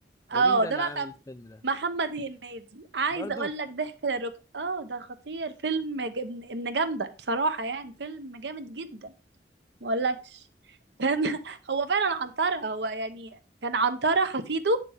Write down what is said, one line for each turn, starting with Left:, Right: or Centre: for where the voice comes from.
Left: ده
Right: اه
Left: مين ده
Right: ده
Left: اللي
Right: بقى
Left: عامل
Right: كان
Left: الفيلم ده
Right: محمد هنيدي عايزه
Left: برضو
Right: اقول لك ضحك للركب اه ده خطير فيلم ج- ابن ابن جامده بصراحه يعني فيلم جامد جدا ما اقولكش كان <laughs> هو فعلا عنترة هو يعني كان عنترة حفيده